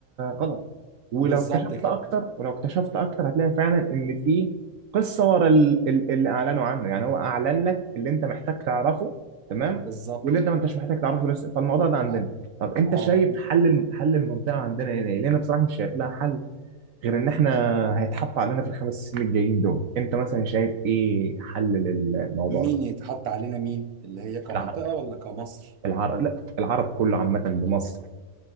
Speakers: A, on the right; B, on the right.
A: غلط ولو
B: بالظبط
A: اكتشفت
B: كده
A: اكتر ولو اكتشفت اكتر هتلاقي فعلا ان في قصه ورا ال- ال- اللي اعلنوا عنه يعني هو اعلن لك اللي انت محتاج تعرفه تمام
B: بالظبط
A: واللي انت ما انتش محتاج تعرفه لسه فالموضوع ده عندنا
B: اه
A: طب انت شايف
B: اه و-
A: حل الم- حل المنطقه عندنا ايه لان أنا بصراحه مش شايف لها حل غير ان احنا هيتحط علينا في الخمس سنين الجايين دول انت مثلا شايف ايه حل للموضوع
B: مين
A: ده
B: يتحط علينا مين اللي هي كمنطقه
A: العرب
B: ولا كمصر
A: العرب لا العرب كله عامة لمصر